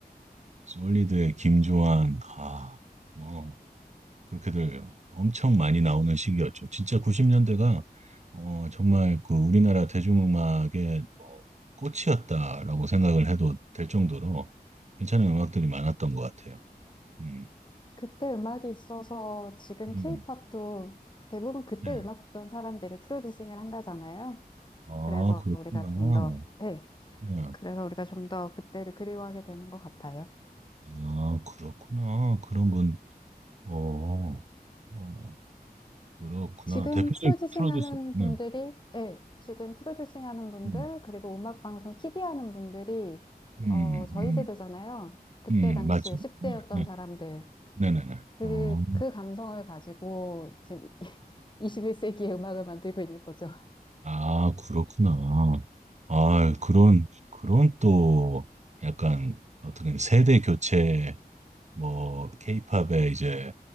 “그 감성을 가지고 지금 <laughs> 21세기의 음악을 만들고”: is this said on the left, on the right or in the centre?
Left